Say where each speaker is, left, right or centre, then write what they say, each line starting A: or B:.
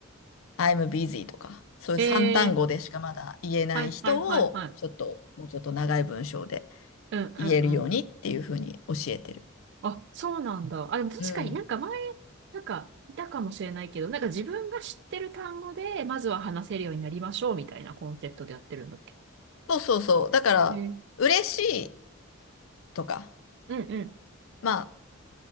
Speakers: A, on the left (about 70°); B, on the right (about 55°).
A: I'm busy とか、そういう三単語でしかまだ言えない人を、
B: ええはいはいはいはい。
A: ちょっと、もうちょっと長い文章で
B: うんうんうん。
A: 言えるようにっていうふうに教えてる。
B: あ、そうなんだ。あ、でも確かになんか前、
A: うん。
B: なんか、いたかもしれないけど、なんか自分が知ってる単語で、まずは話せるようになりましょうみたいなコンセプトでやってるんだっけ
A: そうそうそう。だから、
B: ええ
A: 嬉しいとか、
B: うんうん。
A: まあ、